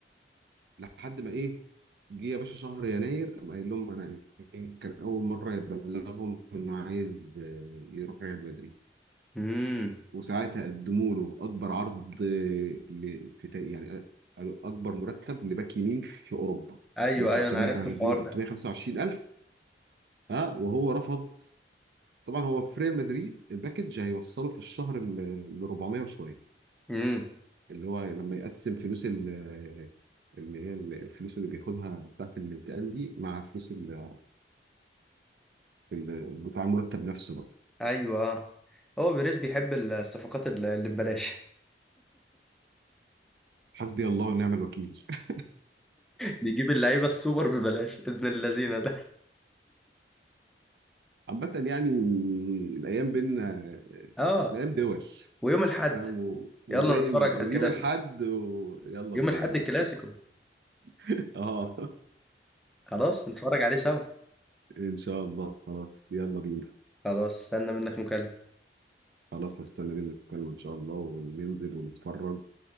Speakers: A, on the right; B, in the centre.
A: لحد ما ايه جه يا باشا شهر يناير قام قايل لهم انا إيه كان اول مره يبلغهم انه عايز آه، يروح ريال مدريد
B: امم
A: وساعتها قدموا له اكبر عرض آه، ل... في تا- يعني قالوا اكبر مرتب لباك يمين في اوروبا
B: ايوه
A: اللي هو 300
B: ايوه انا عرفت
A: كان هيديله
B: الحوار
A: 325
B: ده
A: الف ها وهو رفض طبعا هو في ريال مدريد الباكج هيوصله في الشهر ل 400 وشويه
B: امم
A: اللي هو لما يقسم فلوس ال اللي هي ال- الفلوس اللي بياخدها بتاعت الانتقال دي مع فلوس ال- ال- بتاع المرتب نفسه بقى
B: ايوه آه. هو بيريز بيحب الصفقات اللي اللي ببلاش <laughs>
A: حسبي الله ونعم الوكيل <laughs>
B: بيجيب اللعيبه السوبر ببلاش ابن اللذينه ده <laughs>
A: عامة يعني الأيام بينا
B: اه
A: الأيام دول
B: ويوم الاحد
A: فاهم و- وزي
B: يلا نتفرج
A: ما يوم
B: على الكلاسيكو
A: الحد و... يلا
B: يوم
A: بينا
B: الأحد
A: يا معلم
B: الكلاسيكو
A: <laughs> اه
B: خلاص نتفرج عليه سوا
A: ان شاء الله خلاص يلا بينا
B: خلاص استنى منك مكالمة
A: خلاص هستنى منك الكلمة ان شاء الله وننزل ونتفرج